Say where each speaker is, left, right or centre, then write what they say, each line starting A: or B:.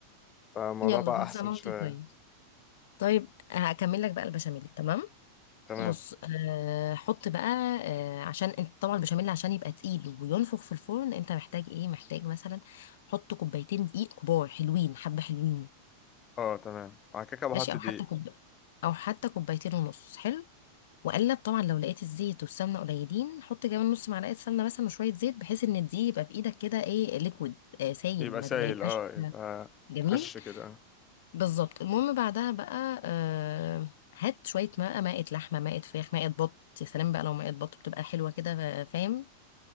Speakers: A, on the left; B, on the left.
A: فالموضوع
B: يلا
A: بقى
B: كل
A: احسن
B: سنه
A: شويه
B: وانت طيب طيب هكمل لك بقى البشاميل تمام
A: تمام
B: بص آه حط بقى آه عشان انت طبعا البشاميل عشان يبقى تقيل وينفخ في الفرن انت محتاج ايه محتاج مثلا حط كوبايتين دقيق كبار حلوين حبه حلوين
A: اه تمام وبعد كده بحط
B: ماشي او
A: دقيق
B: حتى كوب او حتى كوبايتين ونص حلو واقلب طبعا لو لقيت الزيت والسمنه قليلين حط كمان نص معلقه سمنه مثلا وشويه زيت بحيث ان الدقيق يبقى في ايدك كده ايه ليكويد آه سايل
A: يبقى
B: ما,
A: سايل
B: ما يبقاش
A: اه يبقى
B: جميل
A: هش كده
B: بالظبط المهم بعدها بقى آه هات شويه ماء مائه لحمه مائه فراخ مائه بط يا سلام بقى لو مائه بط بتبقى حلوه كده فا- فاهم